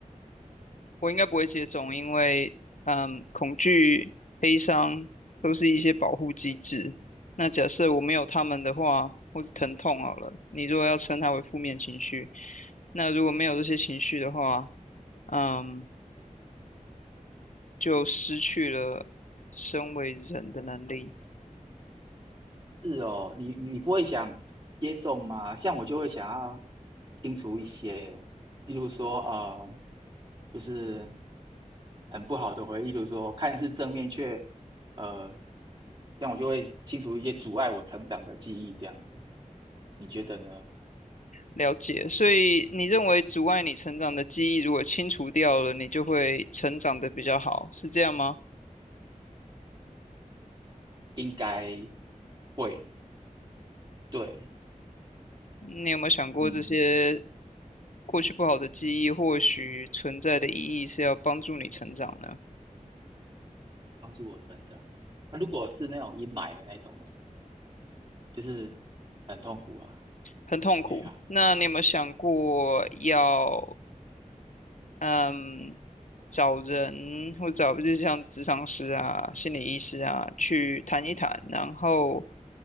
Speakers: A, on the left (about 65°); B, on the right (about 35°).
A: 我应该不会接种，因为嗯，恐惧、悲伤都是一些保护机制。那假设我没有他们的话，或是疼痛好了，你如果要称它为负面情绪，那如果没有这些情绪的话，嗯，就失去了身为人的能力
B: 是哦，你你不会想接种吗？像我就会想要清除一些，例如说呃，就是很不好的回忆，例如说看似正面却呃，这样我就会清除一些阻碍我成长的记忆，这样子，你觉得呢？
A: 了解。所以你认为阻碍你成长的记忆，如果清除掉了，你就会成长得比较好，是这样吗？
B: 应该会，对，
A: 你有没有想过这些
B: 嗯，
A: 过去不好的记忆或许存在的意义是要帮助你成长呢，
B: 帮助我成长。那如果是那种阴霾的那种呢，就是很痛苦啊，
A: 很痛苦。
B: 哎呀，
A: 那你有没有想过要嗯找人或找就是像咨商师啊、心理医师啊去谈一谈，然后